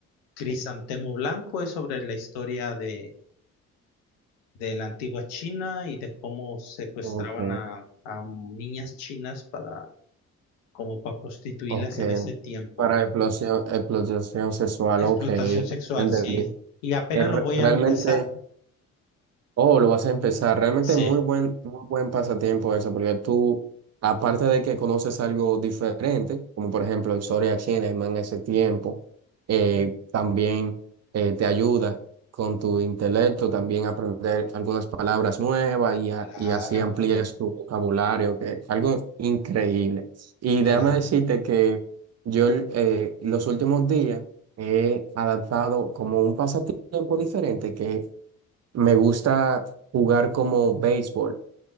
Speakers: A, on the left; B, on the right.
A: Crisantemo Blanco, es sobre la historia de, de la antigua China y de cómo secuestraban
B: ok,
A: a, a niñas chinas para, como para prostituirlas
B: ok.
A: en ese tiempo.
B: Para explosión, explotación sexual,
A: Explotación
B: ok,
A: sexual,
B: entendí.
A: sí. Y apenas
B: Es re-
A: lo voy
B: realmente
A: a empezar.
B: Oh, lo vas a empezar. Realmente
A: Sí.
B: muy buen, muy buen pasatiempo eso, porque tú, aparte de que conoces algo diferente, como por ejemplo historia china, en ese tiempo, eh,
A: Ujú.
B: también eh, te ayuda con tu intelecto, también aprender algunas palabras nuevas y, a-
A: Claro,
B: y así amplíes tu vocabulario, que es algo increíble. Y déjame
A: claro.
B: decirte que yo eh, los últimos días he adaptado como un pasatiempo diferente, que me gusta jugar como béisbol.